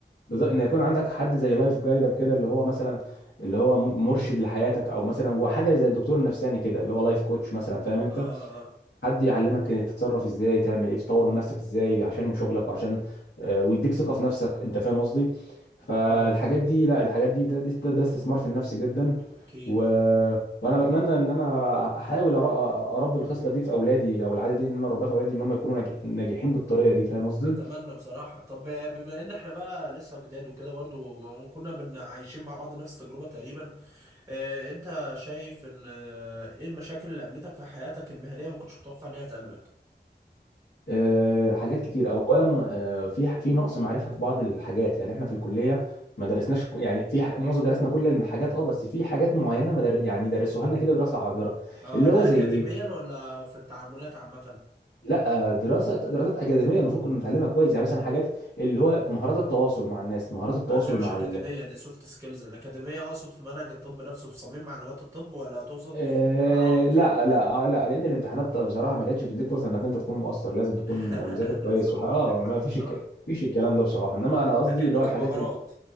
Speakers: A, on the left (about 80°); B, on the right (about 15°).
A: بالظبط ان يكون عندك حد زي لايف جايدر كده اللي هو مثلا اللي هو مرشد لحياتك او مثلا هو حاجه زي الدكتور النفساني كده اللي هو لايف كوتش مثلا فاهم انت
B: اه اه
A: حد يعلمك تتصرف ازاي تعمل ايه تطور من نفسك ازاي عشان شغلك وعشان آه، ويديك ثقه في نفسك انت فاهم قصدي فالحاجات
B: اه آه،
A: دي لا الحاجات دي ده, ده, ده استثمار في النفس جدا
B: أكيد
A: و... وانا بتمنى ان انا احاول أر- اربي الخصله دي في اولادي او العاده دي ان انا اربيها في اولادي ان هم يكونوا ناجح- ناجحين بالطريقه دي فاهم قصدي
B: أتمنى بصراحة طب بما إن إحنا بقى لسه جداد وكده برضو كنا بن عايشين مع بعض نفس التجربة تقريبا آه أنت شايف إن آه إيه المشاكل اللي قابلتك في حياتك المهنية ما كنتش متوقع إنها تقابلك؟
A: آه، حاجات كتير اولا آه، في في نقص معرفه في بعض الحاجات يعني احنا في الكليه ما درسناش ك- يعني في ح- معظم درسنا كل الحاجات اه بس في حاجات معينه ما در... يعني درسوها لنا كده دراسه عابره
B: اه
A: اللي
B: ده
A: هو زي
B: أكاديميا
A: ايه
B: ولا في التعاملات عامة؟
A: لا آه، دراسه دراسات اكاديميه المفروض كنا نتعلمها كويس يعني مثلا حاجات اللي هو مهارات التواصل مع الناس مهارات التواصل
B: ما ده مش
A: مع
B: أكاديمية
A: ال...
B: دي سوفت سكيلز الأكاديمية أقصد في منهج الطب نفسه في صميم معلومات الطب ولا تقصد
A: آه
B: مهارات
A: لا لا آه، لا لان الامتحانات بصراحه ما كانتش بتديك فرصه انك انت تكون مؤثر لازم تكون
B: <laughs>
A: مذاكر كويس
B: صح
A: وح... اه
B: عندك حق
A: ما فيش
B: بصراحة
A: الك... فيش الكلام ده بصراحه انما انا قصدي
B: لكن
A: اللي هو
B: كمهارات
A: الحاجات